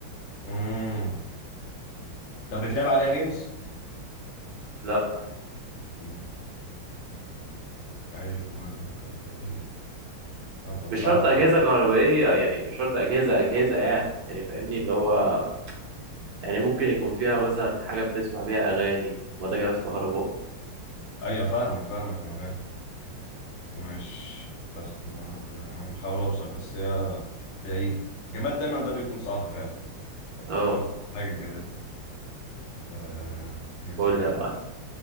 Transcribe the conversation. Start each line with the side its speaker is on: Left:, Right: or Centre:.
Left: مم. طب بتلعب عليها جيمز؟
Right: لا
Left: مم. أيوه جهاز كهربائية أنت بتصعبها
Right: مش شرط أجهزة كهربائية يعني مش شرط أجهزة أجهزة يعني يعني فاهمني اللي هو يعني ممكن يكون فيها مثلا حاجة بتسمع بيها أغاني ما ده جهاز كهربائي
Left: ايوه فاهمك فاهمك انا فاهم ماشي بس ما- يعني بحاول اوصل بس هي بعيدة الجماد دايما ده بيكون صعب فعلا
Right: أه
Left: كنت بتقول حاجة الجماد ده آه حاجة اسمها
Right: قول لي يا
Left: إيه؟
Right: معلم.